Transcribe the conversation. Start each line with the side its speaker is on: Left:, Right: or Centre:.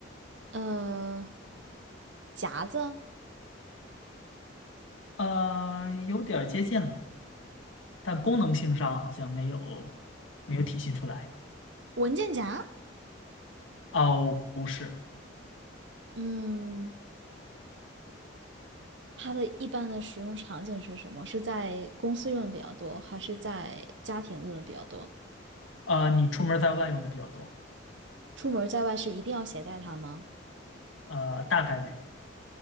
Right: 呃，夹子，
Left: 呃，有点儿接近了，但功能性上好像没有没有体现出来。
Right: 文件夹，
Left: 哦，不是，
Right: 嗯，它的一般的使用场景是什么？是在公司用的比较多，还是在家庭用的比较多？
Left: 呃，你出门儿在外用的比较多，
Right: 出门在外是一定要携带它吗？
Left: 呃，大概率